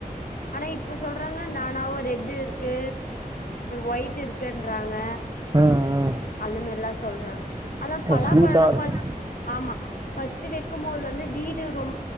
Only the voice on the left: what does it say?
ஆனா இப்ப சொல்றாங்க நானாவு ரெ ன்டிர் க்கு ஒய்ட்டு இருக்குன்றாங்க
அந்த மாதிரல்லா சொல்றாங்க அதா பலாப்பழம்லா
பஸ்ட்டுஆமா வச்சு வெக்கும் போது வந்து வீடு ரொம்